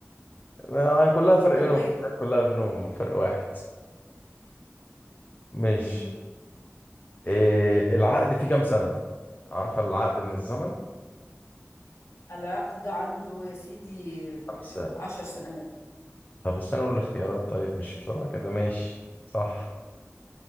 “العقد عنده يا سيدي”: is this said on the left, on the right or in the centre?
Left